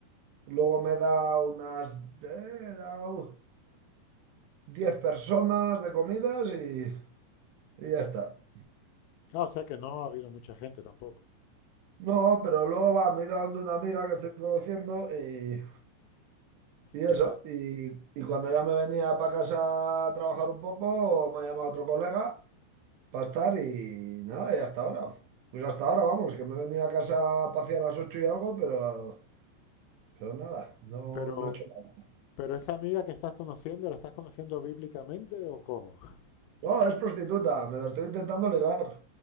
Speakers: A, on the right; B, on the left.
A: Luego me da unas... eh, He dado 10 personas de comidas y, y ya está.
B: Ah, o sea que no ha habido mucha gente tampoco.
A: No, pero luego va, me he ido a donde una amiga que estoy conociendo y, y eso.
B: Que está.
A: Y, y cuando ya me venía para casa a trabajar un poco, me ha llamado otro colega para estar y nada, y hasta ahora. Pues hasta ahora, vamos, que me he venido a casa a pasear a las 8 y algo, pero, pero nada, no,
B: Pero,
A: no he hecho nada.
B: pero esa amiga que estás conociendo, ¿la estás conociendo bíblicamente o cómo? <laughs>
A: No, es prostituta, me la estoy intentando ligar.